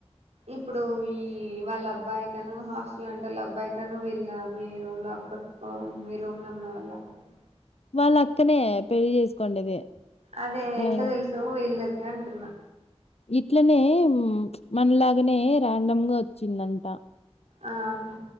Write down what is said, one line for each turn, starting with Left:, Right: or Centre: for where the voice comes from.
Right: ఇప్పుడు ఈ వాళ్ళ అబ్బాయి తను హాస్టల్ అంటే వాళ్ళ అబ్బాయి తను వీళ్ళ మీ రూమ్ లో అక్క మీ రూమ్ లో ఉన్న వాళ్ళ అక్కకు
Left: వాళ్ళ అక్కనే పెళ్లి చేసుకోండేది
Right: అదే ఎట్లా
Left: ఆయన.
Right: తెలుసు వీళ్ళకి అంటున్నా
Left: ఇట్లనే మనలాగనే రాండమ్ గా వచ్చిందంట
Right: ఆహా